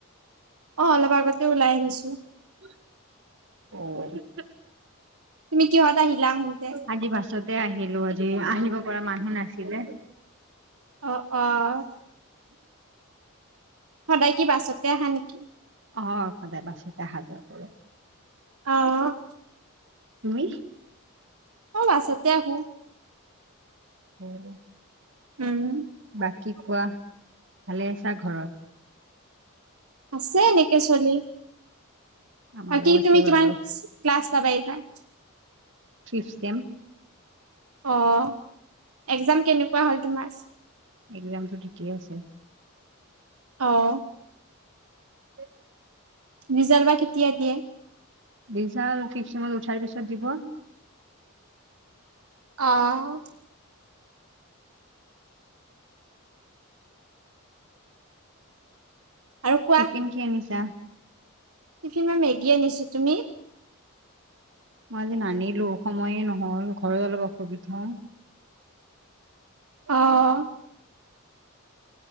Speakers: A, on the right; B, on the right.
A: অ', অলপ আগতে ওলাই আহিছোঁ।
B: অ'।
A: তুমি কিহ'ত আহিলা আহুনতে?
B: আজি বাছতে আহিলো আজি আহিব পৰা মানুহ নাছিলে।
A: অ', অ'। সদায় কি বাছতে আহা নেকি?
B: অঁ', সদায় বাছতে অহা যোৱা কৰোঁ।
A: অ'।
B: তুমি?
A: মইও বাছতে আহোঁ।
B: উম।
A: উম।
B: বাকী কোৱা, ভালে আছা ঘৰত?
A: আছে এনেকে চলি।
B: আমাৰো
A: বাকি
B: আছে
A: তুমি কিমান
B: বাৰু
A: ক্লাছ পাবা এইবাৰ?
B: Fifth sem.
A: অ', এক্জাম কেনেকুৱা হ'ল তোমাৰ?
B: এক্জামটো ঠিকে আছে।
A: অ'
B: <inaudible>
A: ৰিজাল্ট বা কেতিয়া দিয়ে।
B: ৰিজাল্ট ফিফ্ট ছেমত উঠাৰ পিছত দিব
A: অ' আৰু কোৱা
B: টিফিন কি আনিছা?
A: টিফিন মই মেগী আনিছোঁ, তুমি?
B: মই আজি নানিলোঁ, সময়েই নহ'ল, ঘৰত অলপ অসুবিধা।
A: অ'